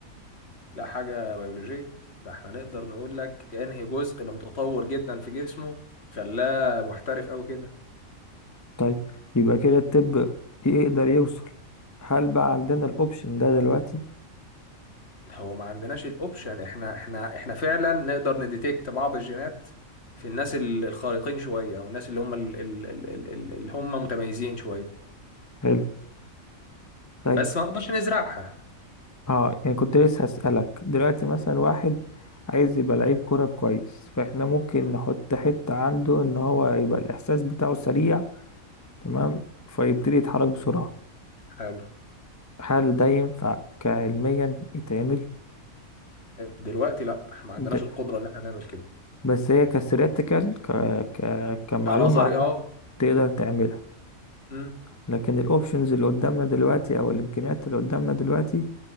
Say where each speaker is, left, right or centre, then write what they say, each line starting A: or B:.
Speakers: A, on the left (about 50°); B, on the left (about 15°).
A: لا حاجة بيولوجية ده احنا نقدر نقول لك انهي جزء اللي متطور جدا في جسمه خلاه محترف قوي كده
B: طيب يبقى كده الطب يقدر يوصل هل بقى عندنا الاوبشن ده دلوقتي
A: هو ما عندناش الاوبشن احنا احنا احنا فعلا نقدر نديتكت بعض الجينات في الناس ال- الخارقين شوية او الناس اللي هم ال- ال- ال- ال- ال- اللي هم متميزين شوية
B: حلو طيب
A: بس ما نقدرش نزرعها
B: اه يعني كنت لسه هسألك دلوقتي مثلا
A: م-
B: واحد عايز يبقى لعيب كرة كويس فاحنا ممكن
A: م-
B: نحط حتة عنده ان هو يبقى الاحساس بتاعه سريع تمام فيبتدي يتحرك بسرعة
A: حلو
B: هل ده ينفع كعلميا يتعمل
A: دلوقتي لا ما عندناش
B: ده
A: القدرة ان احنا نعمل كده
B: بس هي كستاتيكال ك... ك... كمعلومة
A: لا نظري
B: عامة
A: اه
B: تقدر تعملها
A: م،
B: لكن الاوبشنز اللي قدامنا دلوقتي او الامكانيات اللي قدامنا دلوقتي